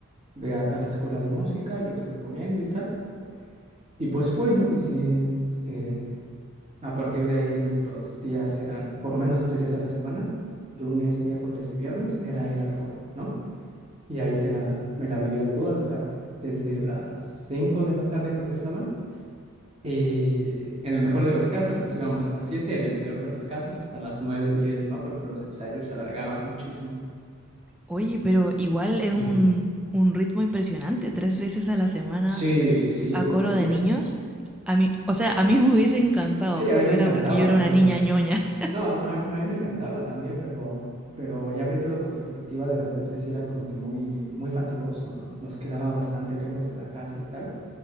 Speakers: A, on the right (about 30°); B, in the centre.
A: ve a tal escuela de música, yo te recomiendo y tal. Y pues fue, ¿no? Y sí, eh, a partir de ahí nuestros días eran por lo menos tres días a la semana, lunes, miércoles y viernes, era ir al coro, ¿no? Y ahí te la, me la vivía toda la tarde, desde las 5 de la tarde que empezaban. Y en el mejor de los casos nos íbamos a las siete en el peor de los casos hasta las nueve diez ¿no? Porque los ensayos se alargaban muchísimo.
B: Oye, pero igual es un,
A: Y
B: un ritmo impresionante, tres veces a la semana
A: sí, sí, sí,
B: a
A: horrible.
B: coro de niños. A mí, o sea, a mí me hubiese encantado,
A: Sí, a
B: pero
A: mí me
B: era
A: encantaba,
B: porque yo era una
A: pero
B: niña ñoña. <laughs>
A: No, a, a mí a mí me encantaba también, pero, pero ya viéndolo con perspectiva, de repente sí era como que muy, muy fatigoso, ¿no? Nos quedaba bastante lejos de la casa y tal,